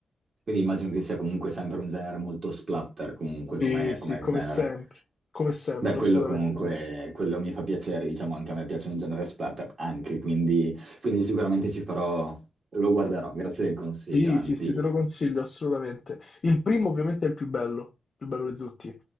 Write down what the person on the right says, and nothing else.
Quindi immagino che sia comunque sempre un genere molto splatter, comunque
come,
come
genere.
Beh, quello
comunque,
quello mi fa piacere, diciamo, anche a me piace un genere splatter, anche, quindi, quindi sicuramente ci farò, lo guarderò, grazie del consiglio,
anzi.